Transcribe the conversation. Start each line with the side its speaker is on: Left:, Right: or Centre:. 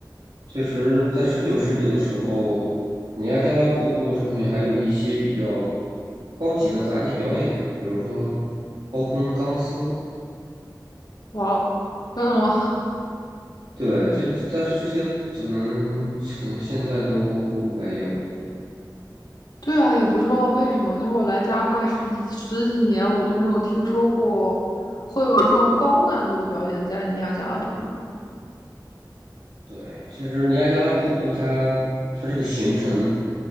Right: 确实在十九世纪的时候，尼亚加拉瀑布上面还有一些比较高级的杂技表演，比如说高空钢丝。
Left: 哇哦真的吗？<laughs>
Right: 对，其实但是这些可能可能现在都没有
Left: 对啊，也不知道为什么，就是我来加拿大十几十几年，我都没有听说过会有这种高难度的表演在尼亚加拉瀑布。
Right: 对，其实尼亚加拉瀑布它它这个形成